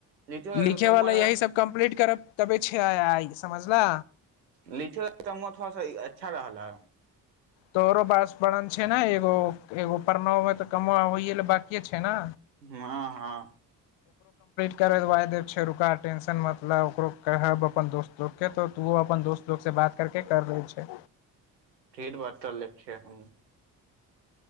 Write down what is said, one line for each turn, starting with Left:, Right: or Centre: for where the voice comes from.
Right: लिठेवला
Left: लिखे
Right: त तर
Left: वाला यही सब कम्प्लीट करब तबे छै आय आइ समझला
Right: लिखे कामवा थोड़ा सा अच्छा रहल ह
Left: तोरो बास वर्रन छै ने एगो एगो परना तऽ कमवा होइ लेल बाकिे छै न
Right: हाँ हाँ
Left: कर दबा देब छै रुका टेंशन मत ल ओकरो कहब अपन दोस्त लोकोकेँ तऽ तूहो अपन दोस्त लोकोसँ बात करि कऽ कर लै छै
Right: ढ़ेर बात करले छियै हम